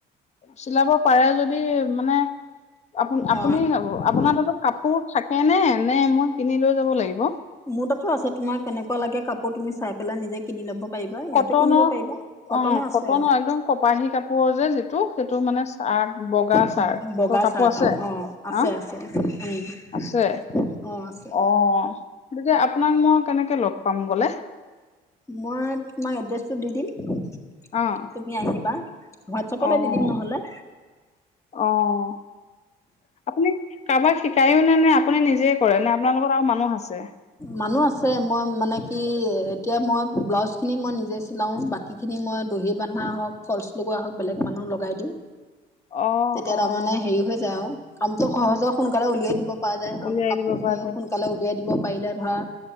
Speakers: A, on the left; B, on the left.
A: চিলাব পাৰে যদি, মানে আপুন-আপুনি
B: অ'
A: আপোনাৰ তাতো কাপোৰ থাকেনে, নে মই কিনি লৈ যাব লাগিব?
B: মোৰ তাতো আছে, তোমাৰ কেনেকুৱা লাগে কাপোৰ তুমি চাই পেলাই নিজে কিনি ল'ব পাৰিবা। ইয়াতো
A: কটনৰ
B: কিনিব পাৰিবা, কটনো
A: অ',
B: আছে।
A: কটনৰ একদম কপাহী কাপোৰৰ যে, যি টো সেইটো মানে চাৰ্ট, বগা
B: উম
A: চাৰ্টতৰ
B: বগা
A: কাপোৰ
B: চাৰ্ট
A: আছে
B: অ অ আছে
A: আ?
B: আছে উম
A: আছে,
B: অ আছে
A: অ', এতিয়া আপোনাক মই কেনেকে লগ পাম গ'লে?
B: মই তোমাক এড্ৰেছটো দি দিম। তুমি
A: অ',
B: আহিবা, হোৱাটছএপতে
A: অ',
B: দি দিম নহ'লে।
A: অ'। আপুনি কাৰবাক শিকায়োনে? নে আপুনি নিজে কৰে, নে, আপোনাৰ লগত আৰু মানুহ আছে?
B: মানুহ আছে, মই মানে কি এতিয়া মই ব্লাউজখিনি মই নিজে চিলাওঁ, বাক কিখিনি মই দহি বান্ধা হওঁক, ফলচ লগোৱা হওঁক, বেলেগ মানুহ লগাই দিওঁ।
A: <inaudible> অ',
B: তেতিয়া
A: অ',
B: তাৰমানে হেৰি হৈ যায় আৰু, কামটো সহজ হৈ সোনকালে উলিয়াই দিব। পৰা যায়
A: উলিয়াই
B: আৰু, কাপোৰ
A: দিব
B: খিনিয়ে
A: পৰা
B: সোন
A: যায়।
B: সোনকালে উলিয়াই দিব পাৰিলে ধৰা,